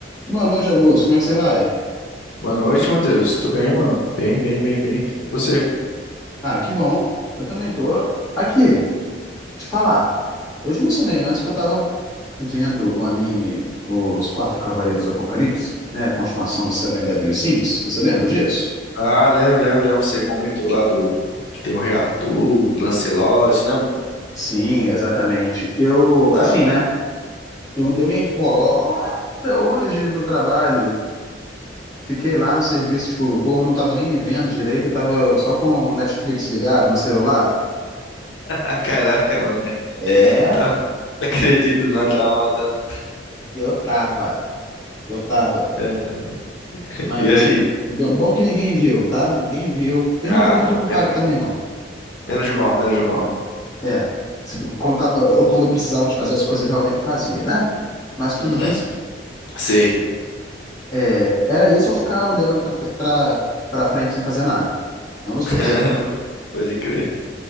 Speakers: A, on the left; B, on the left.
A: Boa noite, Augusto. Como é que você vai?
B: Boa noite, Matheus. Tudo bem, mano? Bem, bem, bem, bem. E você?
A: Ah, que bom. Eu também tô aqui, te falar. Eu te mencionei antes que eu tava vendo o anime Os Quatro Cavaleiros do Apocalipse, né? A continuação do Seven Deadly Sins. Você lembra disso?
B: Ah, lembro, lembro, lembro. Você comentou lá do que tem o Rei Arthur, o Lancelot, né, mano?
A: Sim, exatamente. Eu,
B: Da
A: assim,
B: hora.
A: né? Eu dei uma enrolada hoje no trabalho. Fiquei lá no serviço, tipo, o povo não tava nem me vendo direito, eu tava só com o Netflix ligado no celular.
B: Ah, caraca, mano. <laughs>
A: É,
B: Tava... Não acredito, não. Tava matando.
A: eu tava. Eu tava.
B: É,
A: Mas
B: E aí?
A: assim, b- bom que ninguém viu, tá? Ninguém viu. E
B: Ah,
A: não tava muito ocupado
B: menos,
A: também, não.
B: menos mal, menos mal.
A: É. Se- Quando, tá- eu, eu- quando eu precisava de fazer as coisas, realmente eu fazia, né? Mas tudo
B: Uhum.
A: bem.
B: Sei.
A: É, era isso ou ficar olhando pra, te- pra, pra frente sem fazer nada. É um dos dois.
B: <laughs> Pode crer.